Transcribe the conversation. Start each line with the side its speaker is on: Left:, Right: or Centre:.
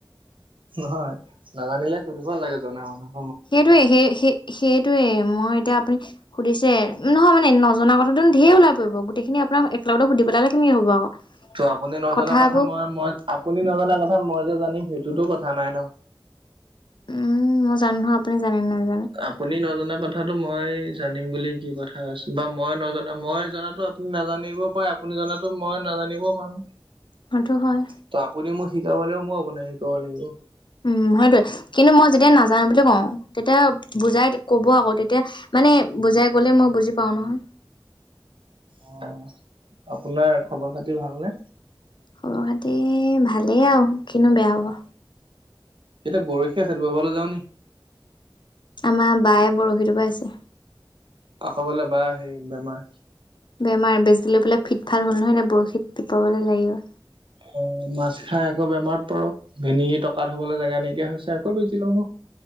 Right: নহয়, নাজানিলে সুধিব লাগে জনা মানুহ।
Left: সেইটোৱে সেই সেই সেইটোৱে মই এতিয়া আপুনি সুধিছে নহয় মানে নজনা কথাটো ধেৰ ওালাই পৰিব গোতেইখিনি আপোনাৰেলগত সুি পেলালে কেনেক হব আকৌ
Right: ত' আপুনি নজনা
Left: কথাবোৰ
Right: কথা মই মই আপুনি নজনা কথা মই যে জানিম সেই ততো কথা নাই ন।
Left: উম মই জানো নহয় আপুনি জানেনে নাজানে
Right: আপুনি নজনা কথা কথাটো মই জানিম বুলিুল কি কথা আছ বা মই নজনা মই জ--নাতো আপুনি নাজানিব পাৰে আপুনি জো মই নাজানিবও পাৰো।
Left: সেইটো হয়
Right: ত আপুনি মোক শিকাব লাগিব মই আপনাই শিকাব লাগিব।
Left: উম হয়টে কিন্তু মই যেতিয়া নাজানো বুলি কওঁ তেতিয়া বুজাই কব আকৌ তেতিয়া মানে বুজাই গলে মই বুজি পাওঁ নহয়
Right: অ আপোনাৰ খবৰ খাতি ভালনে?
Left: খবৰ খাতি ভালেই আৰু কিনো বেয়া হব।
Right: এতিয়া বৰশী আছে বৰবলৈ যাওঁ নি।
Left: আমাৰ বায়ে বৰশীটো পাইছে
Right: আকবলে বেয়া সেই বেমাৰ।
Left: বেমাৰ বেজ লৈ পেললে ফিটফাল হ'ল নহয় এতিয়া বৰশীত িপাবলৈ লাগিব
Right: অ মাছ খাই আকৌ বেমাৰত পৰক ভিনি টকাাত হবলৈ জেগা নাইকিয়া হৈছে আকৌ বেছি লবম্প